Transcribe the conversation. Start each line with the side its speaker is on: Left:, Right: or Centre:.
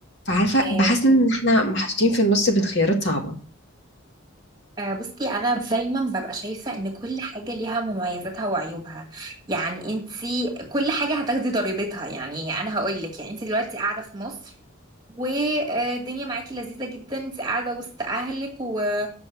Left: فعارفة
Right: آه
Left: بحس إن إحنا محطوطين في النص بين خيارات صعبة
Right: آه، بصي انا دايما ببقى شايفة ان كل حاجة ليها مميزاتها وعيوبها يعني انتي كل حاجة هتاخدي ضريبتها يعني انا هقول لك يعني انتي دلوقتي قاعدة في مصر والدنيا معاكي لذيذة جدا انت قاعدة وسط اهلك و-